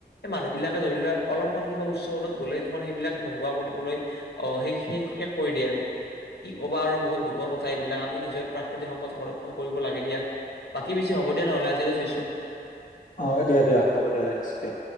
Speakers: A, on the left (about 70°); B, on the left (about 45°).
A: এই মানুহবিলাকে ধৰি লোৱা অলপমান কিবা উচ্চপদত গ'লে তোমাৰ সেইবিলাক নোহোৱা কৰিবলৈ- অ', সেই সেই শেষ কৰি দিয়ে আৰু কি ক'বা আৰু বহুত দুখৰ কথা এইবিলাক আমি নিজৰ প্ৰাকৃতিক সম্পদ সংৰক্ষণ কৰিব লাগে দিয়া। বাকী পিছে হ'ব দে নহ'লে আজিলে থৈছোঁ
B: অ' দিয়া, দিয়া, হ'ব দিয়া ৰাখিছোঁ দিয়া